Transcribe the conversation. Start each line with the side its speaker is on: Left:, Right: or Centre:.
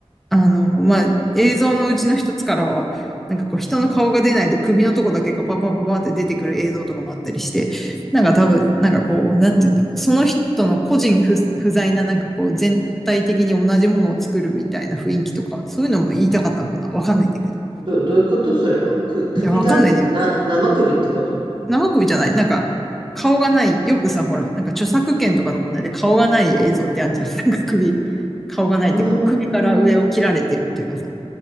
Centre: あの、まあ、映像のうちの一つからは、なんかこう人の顔が出ないで首のとこだけがパパパパって出てくる映像とかもあったりして、なんか多分、なんかこう、なんて言うんだろう、その人の個人不、不在ななんかこう全体的に同じものを作るみたいな雰囲気とか、そういうのも言いたかったのかなわかんないんだけど。
Right: ど、どういうことそれは。く、首だけな、
Centre: いや、わかんないね。
Right: 生首ってこと
Centre: 生首じゃない。なんか、顔がない。よくさ、ほら、なんか著作権とかの問題で顔がない映像ってあるじゃん。なんか首、顔がないっていうか、
Right: うーん
Centre: 首から上を切られてるっていうかさ。